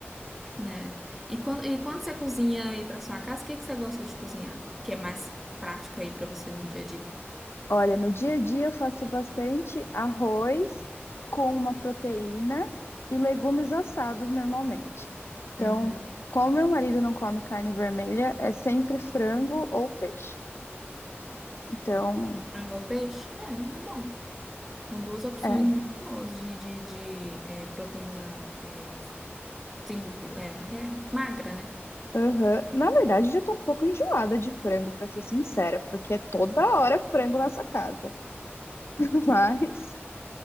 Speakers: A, in the centre; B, on the left.
A: Né? E quando, e quando você cozinha aí para sua casa, o que que você gosta de cozinhar? Que é mais prático aí para você no dia a dia?
B: Olha, no dia a dia eu faço bastante arroz com uma proteína e legumes assados normalmente. Então,
A: Uhum.
B: como meu marido não come carne vermelha, é sempre frango ou peixe. Então,
A: Frango ou peixe? É, é bom. São duas opções
B: é,
A: muito boas de, de, de é, proteína é, sem gordura. É, como é que é? Magra, né?
B: Aham. Na verdade, já tô um pouco enjoada de frango, pra ser sincera, porque é toda hora frango nessa casa. <laughs> Mas